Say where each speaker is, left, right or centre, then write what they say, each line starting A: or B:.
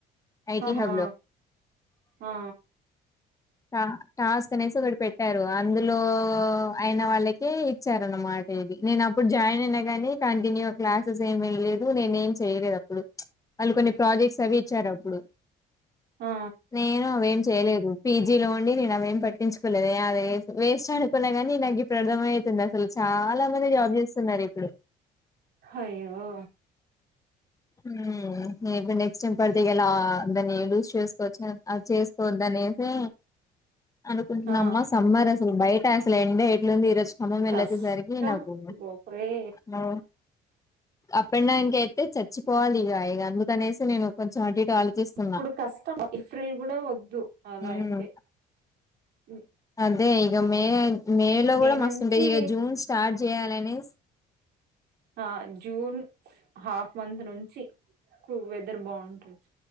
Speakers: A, on the left; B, on the right.
A: ఐటీ
B: ఆహా
A: హబ్ లో
B: ఆ
A: టా టాస్ అనేసి ఒకటి పెట్టారు అందులో అయిన వాళ్ళకి ఇచ్చారు అన్నమాట ఇది నేను అప్పుడు జాయిన్ అయినా కాని కంటిన్యూ క్లాస్ సు సేం వెళ్ళేదు నేనేం చేయలేదు అప్పుడు వాళ్ళు కొన్ని ప్రాజెక్ట్స్ అవి ఇచ్చారు అప్పుడు
B: ఆ
A: నేను ఏం చేయలేదు పీ జీ లో ఉండి నేను అవేం పట్టించుకోలేదు ఎ <unintelligible> వేస్ట్ అనుకున్నాగాని నాకిప్ ప్పుడు అర్థం ఐతుంది అసలు చాలా మంది జాబ్ చేస్తున్నారు ఇప్పుడు
B: అయ్యో
A: మ్ నీకు నెక్స్ట్ టైం పడితే గలా అందని యూస్ చేసుకోవచ్చ అ చేసుకోవద్దనేసి అనుకుంటున్నామ్మా
B: ఆ
A: సమ్మర్ అసలు బైట్ ట అసలు ఎండి ఎట్లుంది ఈ రోజు అమ్మమ్మెళ్ళోచ్చేసరికి
B: కష్టం
A: నాకు
B: గోపురే
A: ను అప్ ప్పినడానికయితే చచ్చిపోవాలి ఇగ ఇగ అందుకనేసి నేను కొంచెం అటు ఇటు ఆలోచిస్తున్నా
B: ఇప్పుడు కష్టం ఏప్రిల్ కూడా వద్దు అలా
A: ఉమ్
B: అయితే ఉ
A: అదే ఇక మే మే లో కూడా
B: నుంచి
A: మస్తుంటాయి ఇక జూన్ స్టార్ట్ చేయాలనెస్
B: ఆ జూన్ హాఫ్ మంత్ నుంచి వెదర్ బాగుంటది